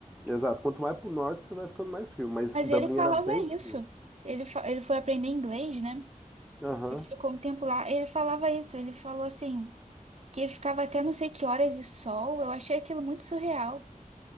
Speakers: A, in the centre; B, on the right (about 50°).
A: Exato. Quanto mais pro norte, você vai ficando mais frio. Mas
B: Mas
A: Dublin
B: ele falava
A: era bem
B: isso.
A: frio.
B: Ele, fa- ele foi aprender inglês, né?
A: Aham.
B: Ele ficou um tempo lá. Ele falava isso. Ele falou assim, que ele ficava até não sei que horas de sol. Eu achei aquilo muito surreal.